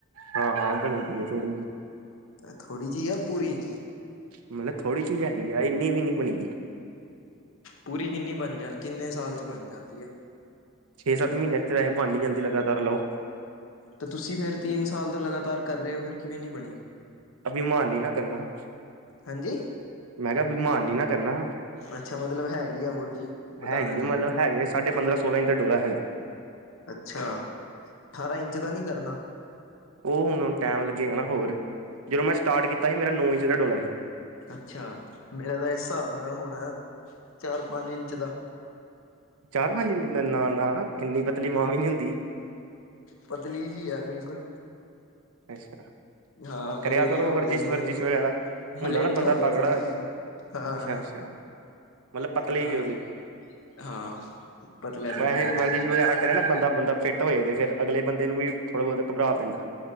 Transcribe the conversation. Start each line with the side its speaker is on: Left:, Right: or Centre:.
Right: ਹਾਂ ਹਾਂ ਬਣੀ ਦੀ ਹੈ ਥੋੜ੍ਹੀ ਜਿਹੀ।
Left: ਇਹ ਥੋੜ੍ਹੀ ਜਿਹੀ ਆ ਪੂਰੀ?
Right: ਮਤਲਬ ਥੋੜ੍ਹੀ ਜਿਹੀ ਹੈਗੀ ਆ ਇੰਨੀ ਵੀ ਨੀ ਬਣੀ।
Left: ਪੂਰੀ ਕਿੰਨੀ ਬਣ ਜਾ ਕਿੰਨੇ ਸਾਲ ਚ ਬਣ ਜਾਂਦੀ ਹੈ?
Right: ਛੇ ਸੱਤ ਮਹੀਨਿਆਂ ਚ ਤਾਂ ਬਣ ਹੀ ਜਾਂਦੀ ਲਗਾਤਾਰ ਲਓ।
Left: ਤਾਂ ਤੁਸੀਂ ਫਿਰ ਤਿੰਨ ਸਾਲ ਤੋਂ ਲਗਾਤਾਰ ਕਰ ਰਹੇ ਹੋ ਫਿਰ ਕਿਵੇਂ ਨਹੀਂ ਬਣੀ?
Right: ਅਭਿਮਾਨੀ ਨਾ ਕਰਨਾ।
Left: ਹਾਂਜੀ?
Right: ਮੈਂ ਕਿਹਾ, ਅਭਿਮਾਨੀ ਨਾ ਕਰਨਾ।
Left: ਅੱਛਾ ਮਤਲਬ ਹੈਗੀ ਆ ਬੋਡੀ ਬਤਾਣਾ
Right: ਹੈਗੀ
Left: ਨੀ
Right: ਆ ਮਤਲਬ ਹੈਗੇ ਸਾਢੇ ਪੰਦਰਾਂ ਸੋਲਾਂ ਇੰਚ ਦਾ ਡੋਰਾ ਹੈਗਾ।
Left: ਅੱਛਾ ਅਠਾਰਾਂ ਇੰਚ ਦਾ ਨਹੀਂ ਕਰਨਾ?
Right: ਉਹ ਹੁਣ ਟਾਈਮ ਲੱਗੇਗਾ ਨਾ ਹੋਰ, ਜਦੋਂ ਮੈਂ ਸਟਾਰਟ ਕੀਤਾ ਸੀ ਮੇਰਾ ਨੌ ਇੰਚ ਦਾ ਡੋਲਾ ਸੀ।
Left: ਅੱਛਾ ਮੇਰਾ ਤਾਂ ਇਸ ਹਿਸਾਬ ਨਾਲ ਹੋਣਾ ਚਾਰ ਪੰਜ ਇੰਚ ਦਾ।
Right: ਚਾਰ ਪੰਜ ਨਾ ਨਾ ਇੰਨੀ ਪਤਲੀ ਬਾਂਹ ਵੀ ਨੀ ਹੁੰਦੀ।
Left: ਪਤਲੀ ਜੀ ਆ ਬਿਲਕੁਲ।
Right: ਅੱਛਾ
Left: ਹਾਂ ਮਲੇਰੀਆ
Right: ਕਰਿਆ ਕਰੋ
Left: ਹੋ
Right: ਵਰਜਿਸ਼
Left: ਗਿਆ ਸੀ
Right: ਵਰਜਿਸ਼
Left: ਮੈਨੂੰ
Right: ਵਗੈਰਾ
Left: ਮਲੇਰੀਆ
Right: ਹੁੰਦਾ ਨਾ ਬੰਦਾ
Left: ਹੋ ਗਿਆ
Right: ਤਗੜਾ
Left: ਸੀ ਨਾ
Right: ਹੋਏ
Left: ਮੈਨੂੰ।
Right: ਅੱਛਾ
Left: ਹਾਂ।
Right: ਅੱਛਾ ਮਤਲਬ ਪਤਲੇ
Left: ਤਾਂ
Right: ਉਹਦੀ
Left: ਕਰ ਹਾਂ ਪਤਲਾ ਜਾ
Right: ਵੈਹੇ
Left: ਮਾੜਾ ਜਾ।
Right: ਵਰਜਿਸ਼ ਵਗੈਰਾ ਕਰੇ ਨਾ ਬੰਦਾ ਬੁੰਦਾ ਫਿੱਟ ਹੋਏ ਤੇ ਫੇਰ ਅਗਲੇ ਬੰਦੇ ਨੂੰ ਵੀ ਥੋੜਾ ਬਹੁਤਾ ਘਬਰਾ ਪੈਂਦਾ